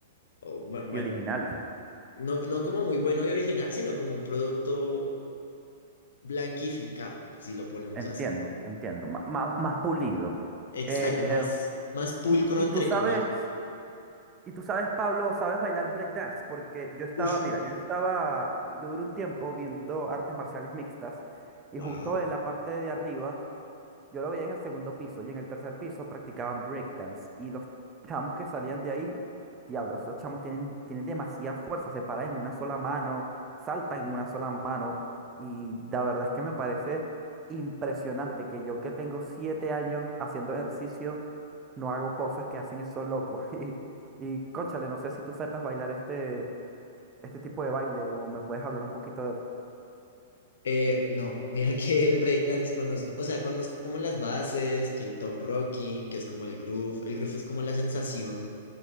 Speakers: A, on the left (about 65°); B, on the right (about 20°).
A: o bu- bueno,
B: y original.
A: no, no como muy bueno y original, sino como un producto blanquificado, si lo ponemos
B: Entiendo,
A: así.
B: entiendo, má- má- más pulido.
A: Exacto,
B: Eh,
A: más, más pulcro
B: Y, y
A: entre
B: tú sabes,
A: comillas.
B: y tú sabes, Pablo, sabes bailar breakdance, porque yo estaba,
A: Uf,
B: mira, yo estaba u- yo duré un tiempo viendo artes marciales mixtas y
A: wow.
B: justo en la parte de arriba, yo lo veía en el segundo piso y en el tercer piso practicaban breakdance y los chamos que salían de ahí, diablo, esos chamos tienen, tienen demasiada fuerza, se paran en una sola mano, saltan en una sola mano y la verdad es que me parece impresionante que yo que tengo siete años haciendo ejercicio no hago cosas que hacen esos locos. <laughs> Y, y cónchale, no sé si tú sepas bailar este, este tipo de baile o me puedes hablar un poquito de él.
A: Eh, no, <laughs> mira que el breakdance conozco, o sea, conozco como las bases, que el top rocking, que es como el groove, el groove es como la sensación